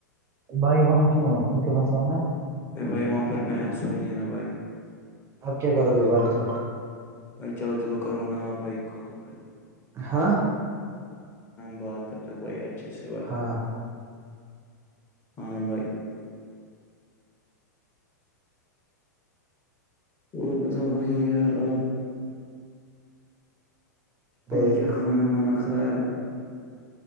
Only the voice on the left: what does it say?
بھائی وہاں پر بہن سوئی ہے نا بھائی
بھائی چلو چلو کرو نا بھائی کال بھ
باد تب تک بائی اچھے سے بات
ہاں بھائی اور بتاؤ بھائی یار آپ
اور کیا کھانا وانا کھایا